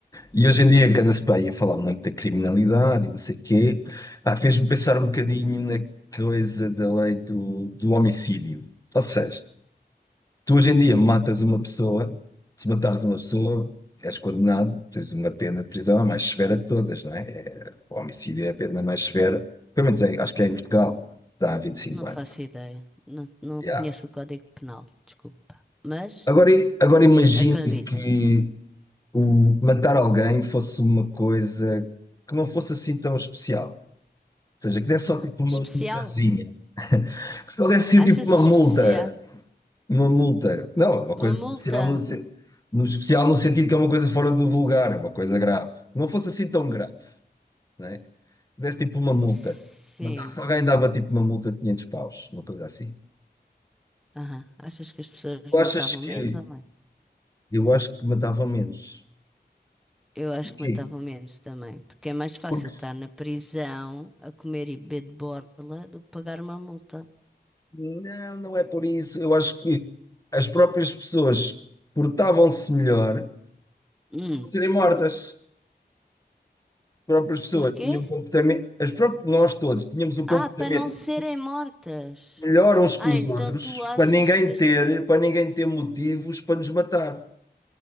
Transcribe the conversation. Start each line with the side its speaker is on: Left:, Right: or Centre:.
Left: E hoje em dia é que anda-se bem a falar muito da criminalidade e não sei o quê, ah, fez-me pensar um bocadinho na coisa da lei do, do homicídio. Ou seja, Tu hoje em dia matas uma pessoa, se matares uma pessoa, és condenado, tens uma pena de prisão a mais severa de todas, não é? É- o homicídio é a pena mais severa, pelo menos em- acho que é em Portugal, dá 25
Centre: Não
Left: anos.
Centre: faço ideia. Não, não
Left: Yeah.
Centre: conheço o Código Penal, desculpa. Mas
Left: Agora, i- agora imagina
Centre: acredito.
Left: que o matar alguém fosse uma coisa que não fosse assim tão especial. Ou seja, que desse só tipo uma
Centre: Especial?
Left: multazinha. Que só desse
Centre: Achas
Left: tipo uma
Centre: especial?
Left: multa Uma multa. Não, é uma
Centre: Uma
Left: coisa
Centre: multa?
Left: especial no, sen- no especial no sentido que é uma coisa fora do vulgar, é uma coisa grave. Que não fosse assim tão grave, né? Desse tipo uma multa.
Centre: Sim.
Left: Matasse alguém, dava tipo uma multa de 500 paus, uma coisa assim.
Centre: Aham. Achas que as pessoas
Left: Tu achas
Centre: matavam
Left: que...
Centre: menos ou mais?
Left: Eu acho que matava menos.
Centre: Eu acho
Left: Porquê?
Centre: que matavam menos também, porque é mais fácil
Left: Porque...
Centre: estar
Left: se-
Centre: na prisão a comer e beber de borla do que pagar uma multa.
Left: Não, não é por isso. Eu acho que as próprias pessoas portavam-se melhor
Centre: Hum.
Left: por serem mortas. As próprias pessoas
Centre: Porquê?
Left: tinham um comportamento... As próprias... Nós todos tínhamos um comportamento...
Centre: Ah, para não serem mortas.
Left: Melhoram-se
Centre: Ah,
Left: com os
Centre: então
Left: outros
Centre: tu achas
Left: para ninguém
Centre: que
Left: ter, para ninguém ter motivos para nos matar.